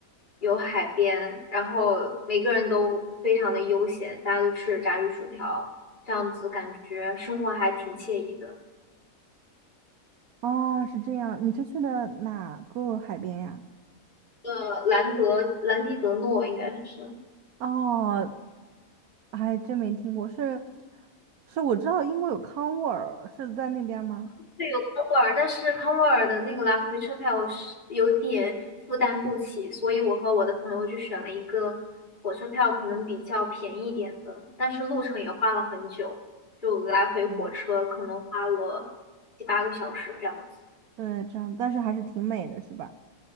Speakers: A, on the left; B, on the right.
A: 有海边，然后每个人都非常的悠闲，大家都吃着炸鱼薯条，这样子感觉生活还挺惬意的。
B: 哦，是这样。你是去的哪个海边呀？
A: 呃，兰德兰迪德诺应该是。
B: 哦，还真没听过。是，是我知道英国有康沃尔，是在那边吗？
A: 对，有康沃尔，但是康沃尔的那个来回车票是有点负担不起，所以我和我的朋友就选了一个火车票可能比较便宜一点的，但是路程也花了很久，就来回火车可能花了七八个小时这样子。
B: 嗯，对，这样，但是还是挺美的，是吧？